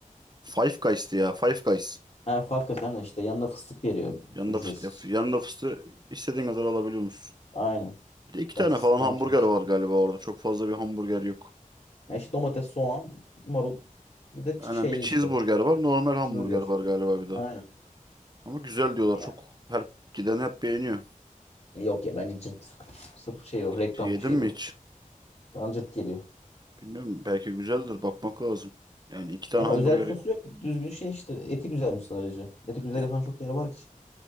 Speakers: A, on the right; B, on the left.
A: Five Guys'tı ya. Five Guys.
B: Ha Favkas aynen işte yanında fıstık veriyor
A: Yanında
B: ücretsiz.
A: fıstığı, yanında fıstığı istediğin kadar alabiliyor musun?
B: Aynen.
A: Bir de iki tane
B: Ya fıstık
A: falan
B: ne
A: hamburger
B: yapacağım fıstığı?
A: var galiba orada. Çok fazla bir hamburger yok.
B: Ya işte domates, soğan, marul bir de şeyli
A: Yani bir cheeseburger
B: işte.
A: var. Normal hamburger
B: Cheeseburger.
A: var galiba bir de.
B: Aynen.
A: Ama güzel diyorlar.
B: Ya.
A: Çok her giden hep beğeniyor.
B: Yok ya bence cırt. Sırf şey o reklam
A: G- Yedin
B: şeyi
A: mi
B: o.
A: hiç?
B: Bana cırt geliyor.
A: Bilmiyorum. Belki güzeldir. Bakmak lazım. Yani iki tane
B: Yani
A: hamburger
B: özel bir sosu
A: yap.
B: yok ki. Düzgün şey işte. Eti güzelmiş sadece. Eti güzel
A: Yani,
B: yapan çok yer var ki.